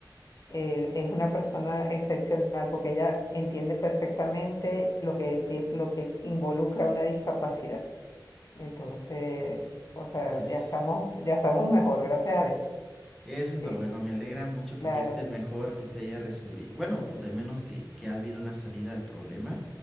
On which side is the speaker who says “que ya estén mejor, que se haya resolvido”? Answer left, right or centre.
Centre